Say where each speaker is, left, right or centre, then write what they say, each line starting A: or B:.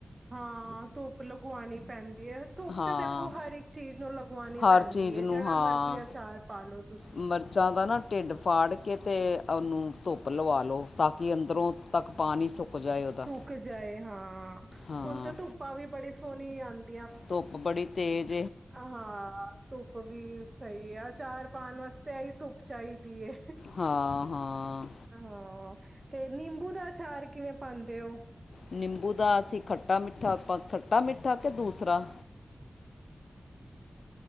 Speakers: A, on the right; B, on the left.
A: ਹਾਂ ਧੁੱਪ ਲਗਵਾਉਣੀ ਪੈਂਦੀ। ਧੁੱਪ
B: ਹਾਂ
A: ਤੇ ਦੇਖੋ ਹਰ ਇੱਕ ਚੀਜ਼ ਨੂੰ ਲਗਵਾਉਣੀ
B: ਹਰ
A: ਪੈਂਦੀ
B: ਚੀਜ਼
A: ਹੈ
B: ਨੂੰ
A: ਜਿਹੜਾ
B: ਹਾਂ
A: ਮਰਜ਼ੀ ਆਚਾਰ ਪਾਲੋ ਤੁਸੀਂ।
B: ਮਿਰਚਾਂ ਦਾ ਨਾ ਢਿੱਡ ਫਾੜ ਕੇ ਅਤੇ ਉਹਨੂੰ ਧੁੱਪ ਲਵਾ ਲਉ ਤਾਂ ਕਿ ਅੰਦਰੋਂ ਤੱਕ ਪਾਣੀ ਸੁੱਕ। ਜਾਏ ਉਹਦਾ
A: ਸੁੱਕ ਜਾਏ ਹਾਂ
B: ਹਾਂ
A: ਹੁਣ ਤੇ ਧੁੱਪਾ ਵੀ ਬੜੀ ਸੋਹਣੀ ਆਉਂਦੀ।
B: ਧੁੱਪ ਬੜੀ ਤੇਜ਼।
A: ਹਾਂ ਤੂੰ ਧੁੱਪ ਵੀ ਸਹੀ ਆ ਚਾਰ ਪਾਉਣ ਵਾਸਤੇ ਆਹੀ ਧੁੱਪ ਚਾਹੀਦੀ ਏ।
B: ਹਾਂ ਹਾਂ
A: ਹਾਂ ਤੇ ਨਿੰਬੂ ਦਾ ਅਚਾਰ ਕਿਵੇਂ ਪਾਉਂਦੇ ਹੋ?
B: ਨਿੰਬੂ ਦਾ ਅਸੀਂ ਖੱਟਾ ਮਿੱਠਾ ਖੱਟਾ ਮਿੱਠਾ ਕਿ ਦੂਸਰਾ।